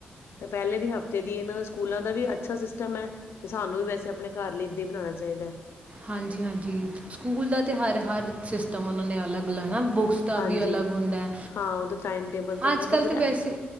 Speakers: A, on the left; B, on the right.
A: ਤੇ ਪਹਿਲੇ ਦੀ ਹ ਜਦੀ ਇਹਨਾਂ ਦਾ ਸਕੂਲਾਂ ਦਾ ਵੀ ਅੱਛਾ ਸਿਸਟਮ ਐ ਤੇ ਸਾਨੂੰ ਵੀ ਵੈਸੇ ਆਪਣੇ ਘਰ ਲਈ ਏਦਾਂ ਹੀ ਬਣਾਣਾ ਚਾਹੀਦਾ।
B: ਹਾਂਜੀ-ਹਾਂਜੀ, ਸਕੂਲ ਦਾ ਤੇ ਹਰ ਹਰ ਸਿਸਟਮ ਉਹਨਾ ਨੇ ਅਲੱਗ-ਅਲੱਗ ਬੁੱਕਸ ਦਾ
A: ਹਾਂਜੀ
B: ਵੀ ਅਲੱਗ ਹੁੰਦਾ।
A: ਹਾਂ ਉਹਦਾ ਟਾਈਮ ਟੇਬਲ ਤਾਂ ਹੁੰਦਾ
B: ਅੱਜ ਕੱਲ੍ਹ
A: ਪਰ ਜਦੋਂ
B: ਤੇ ਵੈਸੇ